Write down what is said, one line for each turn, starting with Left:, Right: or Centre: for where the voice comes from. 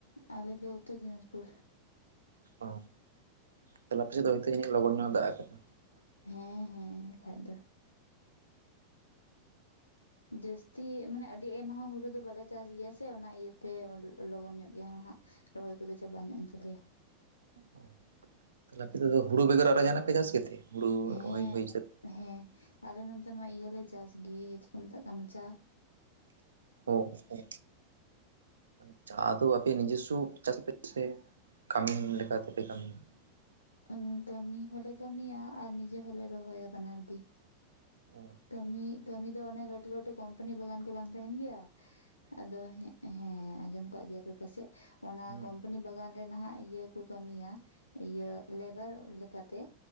Left: ᱟᱞᱮ ᱫᱚ ᱩᱛᱛᱚᱨᱫᱤᱱᱟᱡᱯᱩᱨ᱾
Right: ᱚ ᱛᱟᱦᱚᱞᱮ ᱟᱯᱮ ᱥᱮᱫ ᱫᱚ ᱦᱚᱭᱛᱳ ᱞᱚᱜᱚᱱ ᱧᱚᱜ-ᱮ ᱫᱟᱜ ᱠᱟᱫᱟ?
Left: ᱦᱮᱸ ᱦᱮᱸ ᱦᱮᱸ ᱠᱷᱟᱡ ᱫᱚ᱾
Right: <inaudible>
Left: ᱡᱟᱹᱥᱛᱤ ᱢᱟᱱᱮ ᱟᱹᱰᱤ ᱟᱭᱢᱟ ᱦᱩᱲᱩ ᱫᱚ ᱵᱟᱞᱮ ᱪᱟᱥ ᱜᱮᱭᱟ ᱥᱮ ᱚᱱᱟ ᱤᱭᱟᱹᱛᱮ ᱞᱚᱜᱚᱱ ᱧᱚᱜ ᱜᱮᱭᱟ ᱦᱟᱸᱜ ᱨᱚᱦᱚᱭ ᱠᱚᱫᱚ ᱪᱟᱵᱟ ᱧᱚᱜ ᱮᱱ ᱛᱟᱞᱮᱭᱟ᱾
Right: ᱚ ᱛᱟᱦᱞᱮ ᱟᱯᱮ ᱥᱮᱫ ᱫᱚ ᱦᱩᱲᱩ ᱵᱮᱜᱚᱨ ᱟᱨᱦᱚ ᱡᱟᱦᱟᱸᱱᱟᱜ ᱯᱮ ᱪᱟᱥ ᱜᱮᱛᱮ ᱦᱩᱲᱩ
Left: ᱦᱮᱸ
Right: ᱨᱚᱦᱚᱭ ᱦᱩᱭ ᱥᱟᱹᱛ
Left: ᱦᱮᱸ ᱟᱞᱮ ᱱᱚᱛᱮ ᱢᱟ ᱤᱭᱟᱹᱞᱮ ᱪᱟᱥ ᱜᱮ ᱪᱮᱫ ᱠᱚ ᱢᱮᱛᱟᱜ ᱠᱟᱱᱟ ᱪᱟ ᱾
Right: ᱚ-ᱚ᱾ ᱢᱟᱱᱮ ᱪᱟ ᱫᱚ ᱟᱯᱮ ᱱᱤᱡᱥᱥᱚ ᱪᱟ ᱛᱟᱯᱮ ᱥᱮ ᱠᱟᱹᱢᱤᱱ ᱞᱮᱠᱟ ᱛᱮᱯᱮ ᱠᱟᱹᱢᱤᱭᱟ?
Left: ᱩᱸ ᱠᱟᱹᱢᱤ ᱦᱚᱞᱮ ᱠᱟᱹᱢᱤᱭᱟ ᱟᱨ ᱱᱤᱡᱮ ᱦᱚᱞᱮ ᱨᱚᱦᱚᱭᱟ ᱵᱟᱱᱟᱨ ᱜᱮ᱾
Right: ᱚ
Left: ᱠᱟᱹᱢᱤ ᱠᱟᱹᱢᱤ ᱫᱚ ᱚᱱᱮ ᱞᱟᱹᱴᱩ ᱞᱟᱹᱴᱩ ᱠᱳᱢᱯᱟᱱᱤ ᱵᱟᱜᱟᱱ ᱠᱚ ᱵᱟᱝ ᱛᱟᱦᱮᱸᱱ ᱜᱮᱭᱟ? ᱟᱫᱚ ᱦᱮᱸ ᱟᱸᱡᱚᱢ ᱠᱟᱜ ᱜᱮᱭᱟᱯᱮ ᱯᱟᱥᱮᱡ ᱚᱱᱟ
Right: ᱦᱩᱸ
Left: ᱠᱚᱢ ᱯᱟᱱᱤ ᱵᱟᱜᱟᱱ ᱨᱮ ᱱᱟᱦᱟᱸᱜ ᱤᱭᱟᱹ ᱠᱚ ᱠᱟᱹᱢᱤᱭᱟ ᱤᱭᱟᱹ ᱞᱮᱵᱟᱨ ᱞᱮᱠᱟᱛᱮ᱾